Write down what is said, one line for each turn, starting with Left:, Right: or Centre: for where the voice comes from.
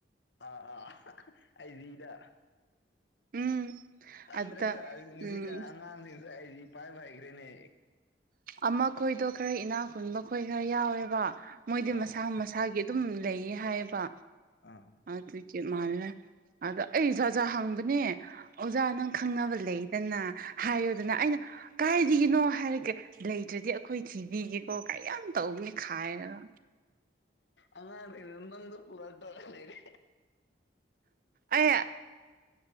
Left: ꯑꯥ ꯑꯥ ꯑꯩꯖꯤꯗ
Right: ꯎꯝ
Left: ꯈꯪꯗ꯭ꯔꯦꯗ
Right: ꯑꯗ
Left: ꯉꯁꯤ
Right: ꯎꯝ
Left: ꯀ ꯑꯉꯥꯡꯁꯤꯡꯁ ꯑꯩꯗꯤ ꯏ ꯄꯥꯏꯕ ꯍꯩꯈ꯭ꯔꯦꯅꯦ
Right: ꯑꯃ ꯈꯣꯏꯗꯣ ꯈꯔ ꯏꯅꯥ ꯈꯨꯨꯟꯕ ꯈꯣꯏ ꯈꯔ ꯌꯥꯎꯋꯦꯕ ꯃꯣꯏꯗꯤ
Left: ꯑꯥ
Right: ꯃꯁꯥ ꯃꯁꯥꯒꯤ ꯑꯗꯨꯝ ꯂꯩꯌꯦ ꯍꯥꯏꯕ
Left: ꯑꯥ
Right: ꯑꯗꯨꯒꯤ ꯃꯥꯜꯂꯂꯦ ꯑꯗꯣ ꯑꯩꯁꯦ ꯑꯣꯖꯥ ꯍꯪꯕꯅꯦ ꯑꯣꯖꯥ ꯅꯪ ꯈꯪꯅꯕ ꯂꯩ ꯗꯅ ꯍꯥꯏꯌꯣꯗꯅ ꯑꯩꯅ ꯀꯥꯏꯗꯒꯤꯅꯣ ꯍꯥꯏꯔꯒ ꯂꯩꯇ꯭ꯔꯗꯤ ꯑꯩꯈꯣꯏ ꯊꯤꯕꯤꯒꯦꯀꯣ ꯀ ꯌꯥꯝ ꯇꯧꯅꯤ ꯈꯥꯏꯔꯒ
Left: ꯑꯉꯥꯡ ꯑꯣꯏꯅꯥ ꯃꯡꯗꯥ ꯎꯔꯛꯇꯧꯔꯥ ꯂꯩꯔꯦ
Right: ꯑꯩ